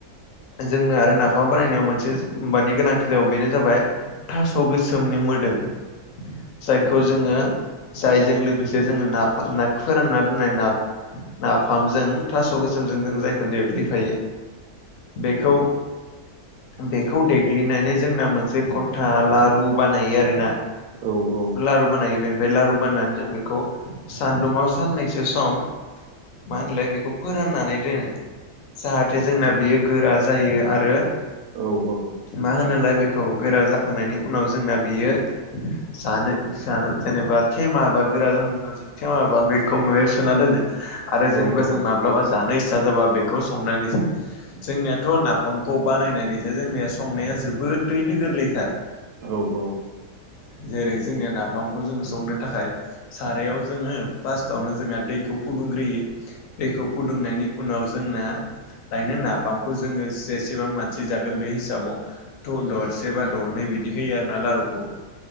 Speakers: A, on the left (about 65°); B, on the right (about 80°).
A: जोंनो आरो नाफाम बानाय नायाव मोनसे माबानि गोनांथि जाब बेनो जाबाय थास' गोसोमनि मोदोम। जायखौ जोङो जायजों लोगोसे जोङो ना फा नाखौ फोरानना दोननाय ना नाफामजों थास' गोसोमजों जों जायखौ देग्लिफायो बेखौ बेखौ देग्लिनानै जोंना मोनसे गथा लारु बानायो आरो ना।
B: औ औ।
A: लारु बानायो बेनिफ्राय लारु बानायनानै जों बेखौ सान्दुुंआव साननैसो सम मा होनलाय बेखौ फोराननानै दोनो जाहाथे जोंना बेयो गोरा जायो आरो
B: औ औ।
A: मा होनोलाय बेखौ गोरा जाखांनायनि उनाव जोंना बियो जानो जानो जेनेबब थेमा बा गोरा जाहोन थेमाबा बेखौ मायाव सोना दोनो आरो
B: औ
A: जेनेबा
B: औ
A: जों माब्लाबा जानो इस्सा जाबा बेखौ संनानै जा जोंनियाथ' नाफामखौ बानायनानैसो जोंनिया संनाया जोबोदैनो गोरलैथार।
B: औ औ।
A: जेरै जोंनिया नाफामखौ जोङो संनो थाखाय सारायाव जोङो फार्स्ट आवनो जोंहा दैखौ फुदुंग्रोयो दैखौ फुदुंनायनि उनाव जोंना लायनो नाफामखौ जोङो जेसेबां मानसि जागोन बे हिसाबाव थ दरसे बा दरनै बिदि होयो आरो ना लारुखौ।